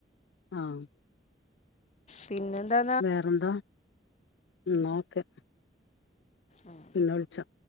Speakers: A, on the left; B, on the left.
A: ആഹ്
B: പിന്നെ എന്താ
A: വേറെന്താ ന്നാ ഒക്കെ
B: ആഹ <inaudible>
A: പിന്നെ വിളിച്ചാ